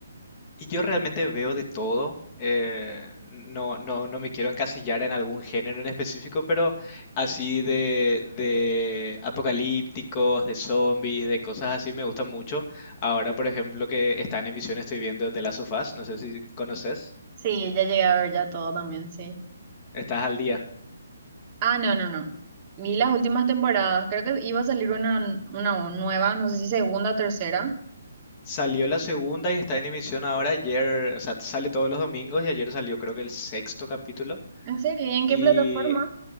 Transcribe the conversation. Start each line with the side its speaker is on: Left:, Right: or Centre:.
Left: Y yo realmente veo de todo. eh, no, no, no me quiero encasillar en algún género en específico, pero así de, de apocalípticos, de zombies, de cosas así me gustan mucho. Ahora, por ejemplo, que está en emisión, estoy viendo The Last of Us. No sé si conoces.
Right: Sí, ya llegué a ver ya todo también, sí.
Left: Estás al día.
Right: Ah, no, no, no. Vi las últimas temporadas, creo que iba a salir una, una nueva, no sé si segunda o tercera.
Left: Salió la segunda y está en emisión ahora. Ayer, o sea, sale todos los domingos y ayer salió creo que el sexto capítulo.
Right: ¿En serio? ¿Y en qué
Left: Y
Right: plataforma?